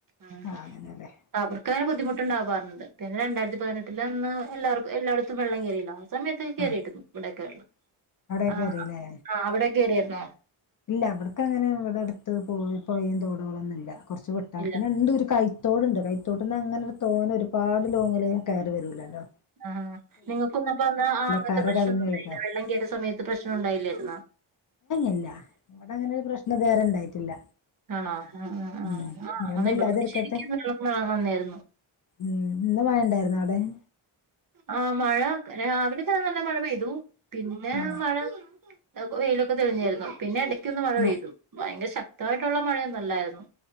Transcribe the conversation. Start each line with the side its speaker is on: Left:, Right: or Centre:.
Right: ഉം
Left: ആഹ് അങ്ങനെല്ലേ
Right: അവർക്ക് അങ്ങനെ ബുദ് ബുദ്ധിമുട്ട്ണ്ടാവാറ്ണ്ട് പിന്നെ രണ്ടായിരത്തി പതിനെട്ടിന്റെ അന്ന് എല്ലാവർക്കും എല്ലാ ടെത്തും വെള്ളം കേറിയില്ലോ സമയത്ത് കേറീട്‌ന്നു
Left: ആഹ്
Right: ഇവിടയൊക്കെ വെള്ളം
Left: അവിടെയൊക്കെ
Right: ആഹ്
Left: കേറില്ലേ
Right: ആഹ് അവിടെ കേറിരുന്നു താ
Left: ഇല്ല ഇവട്ക്കങ്ങനെ ഇവടെഅട്ത്ത് പോയി പോയേം തോടാളൊന്ന്ല്ല കൊറച്ച് വിട്ടാ
Right: ഇല്ല
Left: പിന്നെ ഇണ്ട് ഒരു കൈ തോടുണ്ട് കൈത്തോട്ട്ന്ന് അങ്ങനെ തോനെ ഒരുപാട് ലോങ്ങില് കയറി വരൂല്ലല്ലോ
Right: ആഹ് ആഹ് നിങ്ങൾക്കൊന്നപ്പോ ഇന്നലെ ആഹ്അങ്ങത്തെ
Left: കര
Right: പ്രശ്നൊന്നും
Left: കവിഞ്ഞ്
Right: ഉണ്ടായില്ല
Left: ഒഴുകാ
Right: വെള്ളം കേറിയ സമയത്ത് പ്രശ്നം ഉണ്ടായില്ലേയിരുന്നോ
Left: ഇല്ല അങ്ങനെ ഒരു പ്രശ്നം ഇതേരെ ഇണ്ടായിട്ടില്ല
Right: ആണോ ആഹ് ആഹ്
Left: ഉം
Right: ആഹ് ആഹ്
Left: ഇനി ഒന്നുല്ലാതിരിക്കട്ടെ
Right: അന്ന് ഇവിടെ ശരിക്കും വെള്ളം മഴ വന്നായിരുന്നു
Left: ഉം ഇന്ന് മയണ്ടായിരുന്നോ അവി ബെൻ
Right: ആഹ് മഴ രാവിലെ തന്നെ നല്ല മഴ പെയ്തു പിന്നെ
Left: ആ
Right: മഴ അപ്പോ വെയിലൊക്കെ തെളിഞ്ഞിയിരുന്നു പിന്നെ എടക് ക്കൊന്ന് മഴ
Left: മ
Right: പെയ്തു ഭയങ്കര ശ ക്തായിട്ടുള്ള മഴയൊന്നല്ലായിര്ന്നു.